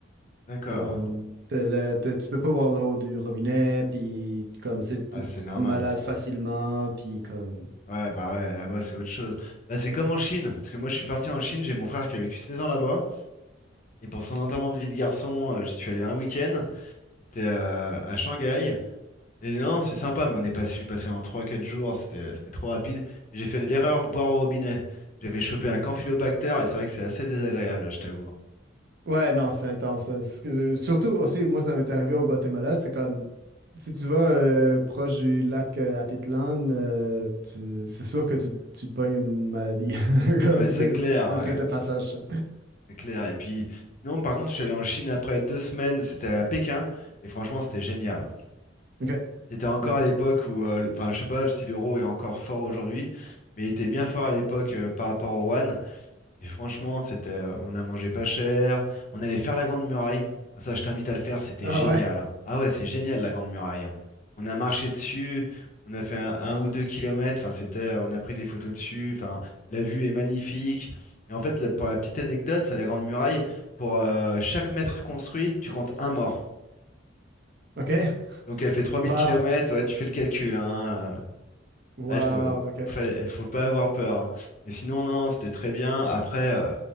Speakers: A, on the left; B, on the right.
A: D'accord.
B: Comme, t'as la- t'as- tu peux pas boire l'eau du robinet, puis comme, c'est, tu
A: Ah, c'est
B: tu
A: normal,
B: tombes malade
A: ça.
B: facilement, puis comme.
A: Ouais, bah ouais, là-bas, c'est autre chose. Bah, c'est comme en Chine, parce que moi, je suis parti en Chine, j'ai mon frère qui a vécu 16 ans là-bas, et pour son enterrement de vie de garçon, euh, j'y suis allé un week-end, c'était euh, à Shanghai, Et non, c'est sympa, mais on est pas, je suis passé en trois quatre jours, c'était c'était trop rapide. Et J'ai fait l'erreur de boire au robinet. J'avais chopé un campylobacter et c'est vrai que c'est assez désagréable, hein, je t'avoue. hein.
B: Ouais, non, c'est intense. hein. C'est que- surtout aussi, moi, ça m'est arrivé au Guatemala. C'est comme, si tu vas euh, proche du lac euh, Atitlan, euh, tu- c'est sûr que tu, tu pognes une maladie. <laughs> Comme
A: Ah mais c'est
B: C'est
A: clair,
B: c'est- c'est
A: ouais,
B: le rite de passage. ça.
A: c'est clair. Et puis, sinon, par contre, je suis allé en Chine après deux semaines, c'était à Pékin, et franchement, c'était génial. hein.
B: OK.
A: C'était encore
B: Nice.
A: à l'époque où, euh, le- enfin, je sais pas si l'euro est encore fort aujourd'hui, mais il était bien fort à l'époque euh, par rapport au yuan. Et franchement, c'était, euh, on a mangé pas cher, on allait faire la Grande Muraille. Ah, Ça, je t'invite à le faire, c'était
B: Ah
A: génial.
B: ouais.
A: hein. Ah ouais, c'est génial la Grande Muraille. hein. On a marché dessus, on a fait un, un ou deux kilomètres. Enfin, c'était, euh, on a pris des photos dessus. Enfin, la vue est magnifique. Et en fait, la- pour la petite anecdote, c'est la Grande Muraille. Pour euh, chaque mètre construit, tu comptes un mort.
B: OK.
A: Donc elle fait trois
B: Wow.
A: mille kilomètres. Ouais, tu fais le calcul. hein, euh,
B: Wow.
A: ah, il faut,
B: OK.
A: fallait- faut pas avoir peur. hein. Mais sinon, non, non, c'était très bien. Après, euh,